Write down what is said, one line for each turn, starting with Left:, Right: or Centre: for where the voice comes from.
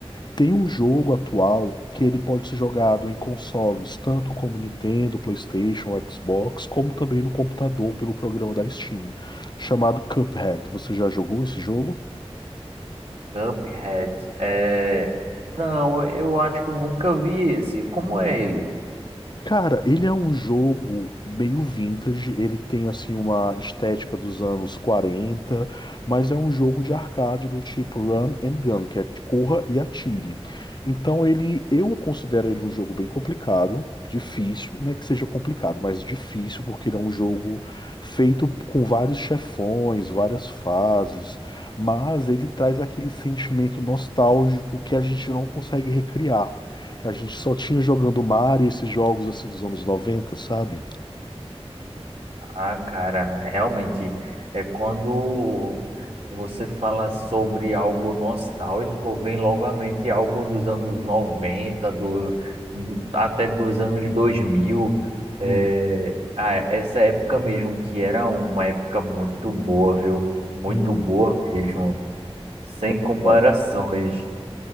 Left: Tem um jogo atual que ele pode ser jogado em consoles, tanto como Nintendo, PlayStation, Xbox, como também no computador pelo programa da Steam, chamado Cuphead. Você já jogou esse jogo?
Right: Cuphead. É... Não, eu acho que eu nunca vi esse. Como é ele?
Left: Cara, ele é um jogo meio vintage, ele tem assim uma estética dos anos 40, mas é um jogo de arcade do tipo run and gun, que é corra e atire. Então ele, eu considero ele um jogo bem complicado, difícil, não é que seja complicado, mas difícil porque ele é um jogo feito com vários chefões, várias fases, mas ele traz aquele sentimento nostálgico que a gente não consegue recriar que a gente só tinha jogando Mario, esses jogos assim dos anos noventa, sabe?
Right: Ah, cara, realmente é quando você fala sobre algo nostálgico, vem logo à mente algo dos anos 90 do, até dos anos dois mil É,
Left: Uhum.
Right: ah, essa época mesmo, que era uma época muito boa, viu? Muito
Left: Uhum.
Right: boa mesmo, sem comparações.
Left: Verdade.